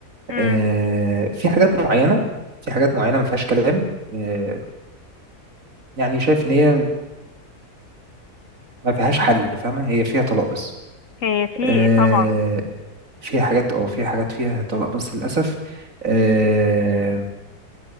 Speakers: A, on the left; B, on the right.
A: مم.
B: آه، في حاجات معينة في حاجات معينة ما فيهاش كلام آه، يعني شايف ان هي ما فيهاش حل فاهمة هي فيها طلاق بس
A: هي في
B: آه،
A: طبعا
B: فيها حاجات اه فيها حاجات فيها طلاق بس للأسف آه،